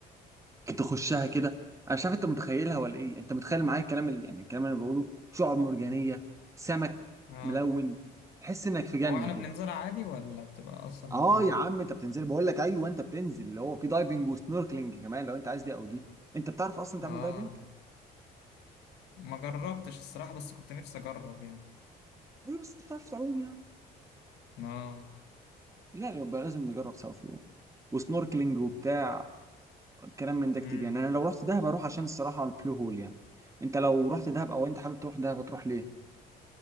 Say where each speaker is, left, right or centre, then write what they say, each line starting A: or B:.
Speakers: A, on the right (about 20°); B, on the left (about 80°).
A: تخشها كده انا شايف انت متخيلها ولا ايه انت متخيل معايا الكلام اللي يعني الكلام اللي انا بقوله شعاب مرجانيه سمك
B: اه
A: ملون تحس انك في جنه
B: هو احنا
A: كده
B: بننزلها عادي ولا بتبقى اصلا
A: اه
B: ممنوعة
A: يا عم انت بتنزل بقول لك ايوه انت بتنزل اللي هو في دايفنج وسنوركلينج كمان لو انت عايز دي او دي انت بتعرف اصلا
B: اه
A: تعمل دايفنج
B: ما جربتش الصراحة بس كنت نفسي اجرب يعني
A: ايوه بس انت بتعرف تعوم يعني
B: اه
A: لا لا، يبقى لازم نجرب سوا في يوم وسنوركلينج وبتاع كلام من ده كتير
B: مم.
A: يعني انا لو رحت دهب اروح عشان الصراحه البلو هول يعني انت لو رحت دهب او انت حابب تروح دهب هتروح ليه